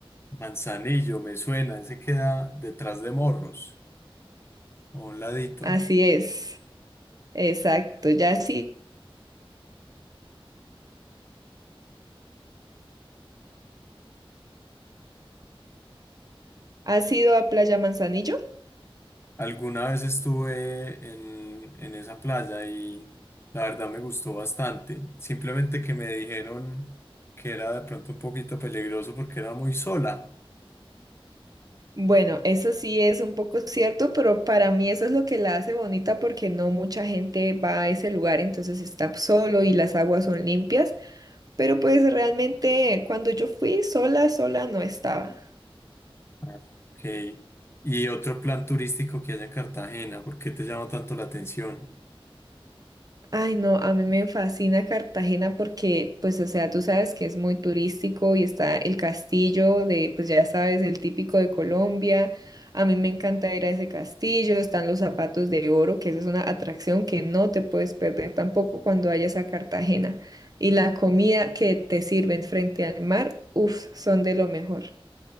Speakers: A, on the left (about 25°); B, on the right (about 40°).
A: Manzanillo, me suena, ese queda detrás de Morros, o a un ladito.
B: Así es, exacto. Ya sí, ¿has ido a Playa Manzanillo?
A: Alguna vez estuve en, en esa playa y la verdad me gustó bastante. Simplemente que me dijeron que era de pronto un poquito peligroso porque era muy sola.
B: Bueno, eso sí es un poco cierto, pero para mí eso es lo que la hace bonita porque no mucha gente va a ese lugar, entonces está solo y las aguas son limpias, pero pues realmente cuando yo fui sola, sola no estaba.
A: Ah. Ok. Y otro plan turístico que haya en Cartagena, ¿por qué te llama tanto la atención?
B: Ay, no, a mí me fascina Cartagena porque, pues, o sea, tú sabes que es muy turístico y está el castillo de, pues ya sabes, el típico de Colombia. A mí me encanta ir a ese castillo, están los zapatos de oro, que esa es una atracción que no te puedes perder tampoco cuando vayas a Cartagena. Y la comida que te sirven frente al mar, uff, son de lo mejor.